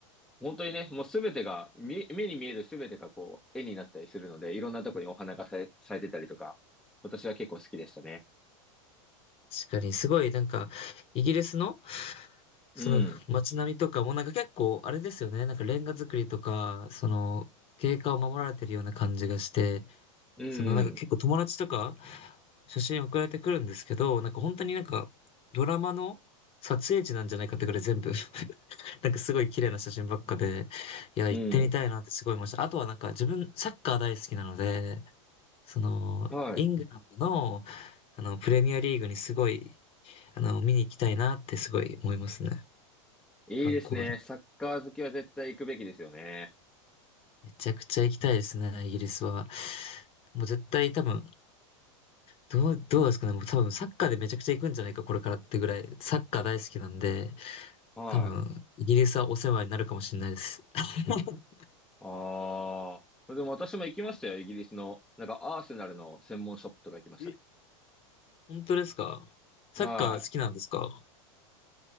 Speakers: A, in the centre; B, on the left.
A: 本当にね、もうすべてが、み目に見えるすべてがこう絵になったりするので、いろんなとこにお花が咲い咲いてたりとか、私は結構好きでしたね。
B: 確かに、すごい、なんか、イギリスの、
A: うん、
B: その街並みとかも、なんか結構、あれですよね、なんかレンガ造りとか、その、経過を守られてるような感じがして、
A: うん、
B: その、なんか結構友達とか、写真送られてくるんですけど、なんか本当になんか、ドラマの撮影地なんじゃないかってぐらい全部 <laughs> なんかすごい綺麗な写真ばっかで、いや、
A: うん、
B: 行ってみたいなってすごい思いました。あとはなんか自分、サッカー大好きなので、その、
A: はい。
B: イングランドの、あの、プレミアリーグにすごいあの、見に行きたいなってすごい思いますね。
A: いいですね。
B: 観光で。
A: サッカー好きは絶対行くべきですよね。
B: めちゃくちゃ行きたいですね、イギリスは。もう絶対多分、どう、どうですかね。もう多分サッカーでめちゃくちゃ行くんじゃないか、これからってぐらい。サッカー大好きなんで、
A: はい。
B: 多分、イギリスはお世話になるかもしれないです。<laughs>
A: ああ。でも私も行きましたよ。イギリスの。なんかアーセナルの専門ショップとか行きましたね。
B: え、本当ですかサッカー好きなんですか
A: は